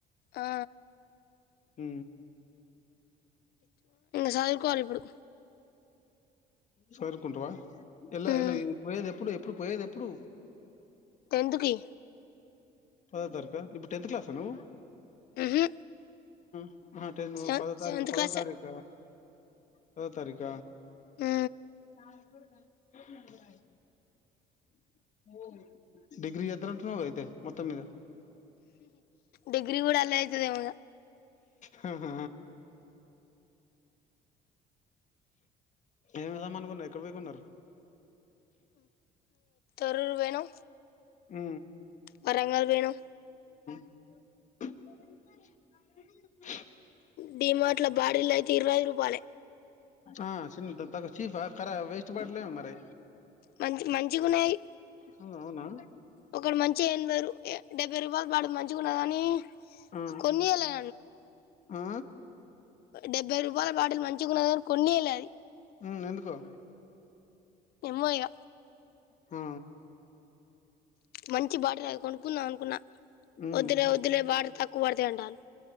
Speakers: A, on the left; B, on the left.
A: ఆ
B: ఉ
A: సదురుకోవాలి ఇప్పుడు
B: సదరుకుంటావా ఇలా
A: ఉమ్
B: ఇ పోయేది ఎప్పుడు ఇప్పుడు పోయేది ఎప్పుడు
A: టెన్త్ కి
B: పదవ తరగతి ఇప్పుడు టెన్త్ క్లాస్ నువ్వు
A: ఉహు
B: ఆ ఆటె
A: సెవెన్
B: పదో
A: సెవెంత్
B: తారీఖ పదో
A: క్లాస్
B: తారీఖ పదో తారీఖ
A: ఏ
B: దానికి కూడా కలుపుకొని పోవాలి ఉ డిగ్రీ చేస్తున్నట్టున్నావ్ అయితే మొత్తం మీద
A: డిగ్రి కూడా అలా అయితది ఇగ
B: హ హ ఏం సామాను కొన్నారు ఎక్కడికి పోయి కొన్నారు
A: తోరూరు పోయినం
B: ఉ
A: వరంగల్ పోయినం
B: ముచ్చట వాయిస్
A: డీమార్ట్ బాటిల్ అయితే ఇరవై ఐదు రూపాయలే
B: ఆ చిన్నది చీపా వేస్ట్ బాటిల మరి
A: మంచి మంచిగున్నాయి
B: ఉ అవునా
A: ఒక మంచి ఎనభై డెబ్బై రూపాయలు బడు మంచి తెచ్చుకున్న కన్ని
B: ఆ
A: కొనియ్యలే
B: ఆ
A: డెబ్బై రూపాయల బాటిలు మంచిగున్న గాని కొనియ్యలే
B: ఉ ఎందుకో
A: ఏమో ఇగ
B: ఉ
A: మంచి బాటిల్ అది కొనుక్కుందాం అనుకున్నా
B: ఉమ్
A: వద్దులే వద్దులే తక్కువ పడితే అంటారు